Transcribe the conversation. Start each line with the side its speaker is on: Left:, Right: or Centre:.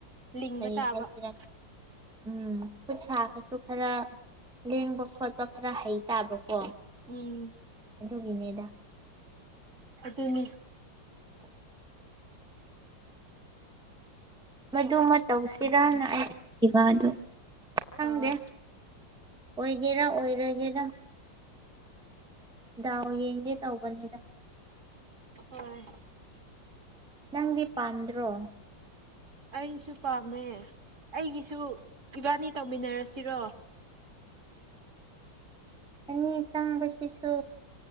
Right: ꯂꯤꯡꯕ
Centre: ꯀꯔꯤ
Right: ꯇꯥꯕ
Centre: ꯍꯥꯏꯁꯤꯔꯥ
Right: <inaudible>
Centre: ꯎꯝ ꯈꯨꯠꯁꯥꯒꯁꯨ ꯈꯔ ꯂꯦꯡꯕ ꯈꯣꯠꯄ ꯈꯔ ꯍꯩ ꯇꯥꯕꯀꯣ
Right: ꯎꯝ
Centre: ꯑꯗꯨꯒꯤꯅꯦꯗ
Right: ꯑꯗꯨꯅꯤ
Centre: ꯃꯗꯨꯃꯥ ꯇꯧꯁꯤꯔꯅ ꯑꯩ ꯏꯕꯥ ꯑꯗꯨ ꯈꯪꯗꯦ
Right: ꯑꯥ
Centre: ꯑꯣꯏꯒꯦꯔꯥ ꯑꯣꯏꯔꯣꯢꯒꯦꯔꯥ ꯗꯥꯎ ꯌꯦꯡꯒꯦ ꯇꯧꯕꯅꯤꯗ
Right: ꯍꯣꯏ
Centre: ꯅꯪꯗꯤ ꯄꯥꯝꯗ꯭ꯔꯣ
Right: ꯑꯩꯁꯨ ꯄꯥꯝꯃꯦ ꯑꯩꯒꯤꯁꯨ ꯏꯕꯥꯟꯅꯤ ꯇꯧꯃꯤꯟꯅꯔꯁꯤꯔꯣ
Centre: ꯑꯅꯤ ꯆꯪꯕꯁꯤꯁꯨ